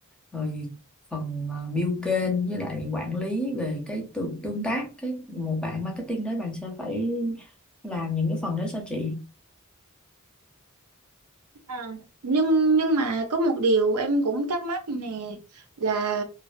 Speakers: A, in the centre; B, on the right.
A: rồi phần à, build kênh với lại quản lý về cái tương tương tác cái một bạn marketing đấy bạn sẽ phải làm những cái phần đấy cho chị
B: À, nhưng nhưng mà có một điều em cũng thắc mắc nè là